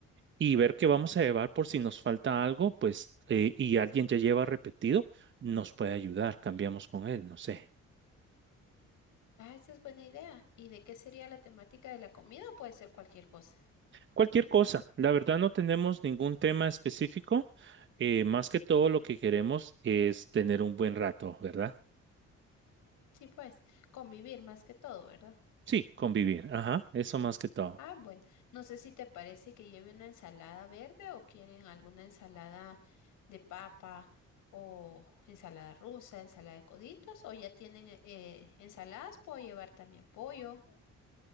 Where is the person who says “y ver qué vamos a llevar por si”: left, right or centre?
Right